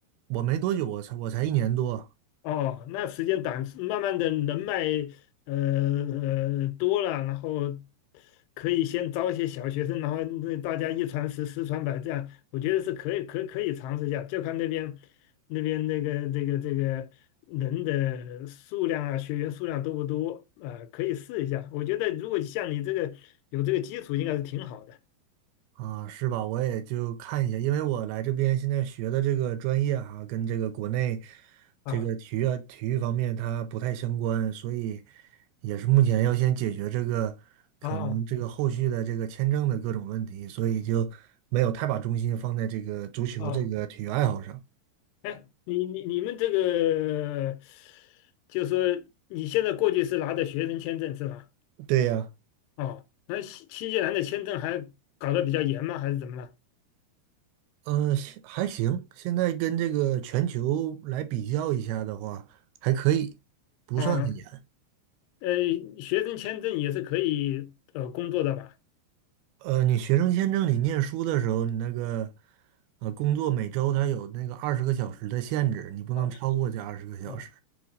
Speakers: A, on the right; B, on the left.
A: 我没多久，我才我才一年多，
B: 哦，那时间短，慢慢的人脉呃呃多了，然后可以先招一些小学生，然后那大家一传十，十传百，这样我觉得是可以，可以可以尝试一下，就看那边那边那个这个这个人的数量啊，学员数量多不多啊，可以试一下。我觉得如果像你这个有这个基础，应该是挺好的
A: 啊，是吧？我也就看一下，因为我来这边现在学的这个专业啊，跟这个国内这个体育啊体育方面它不太相关，
B: 啊
A: 所以也是目前要先解决这个可能这个后续的这个签证的各种问题，
B: 啊
A: 所以就没有太把重心放在这个足球这个体育爱好上。
B: 啊。哎，你你你们这个，就说你现在过去是拿的学生签证是吧？
A: 对呀，
B: 哦，那新新西兰的签证还搞得比较严吗？还是怎么了？
A: 嗯，呃现还行，现在跟这个全球来比较一下的话，还可以，不算很严。
B: 哦，呃，学生签证也是可以呃工作的吧？
A: 呃，你学生签证，你念书的时候，你那个呃工作每周它有那个二十个小时的限制，你不能超过这二十个小时
B: 哦哦，